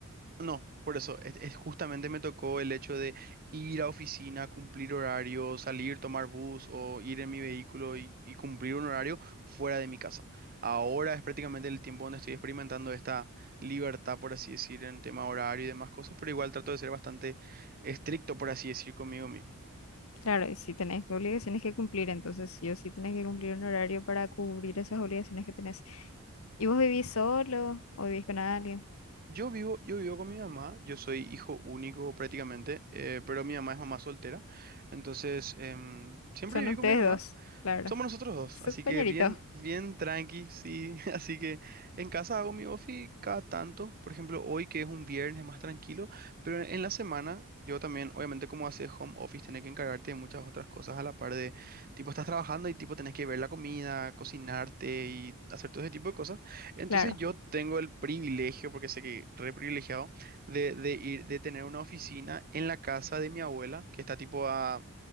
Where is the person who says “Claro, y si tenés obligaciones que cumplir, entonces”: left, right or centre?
Left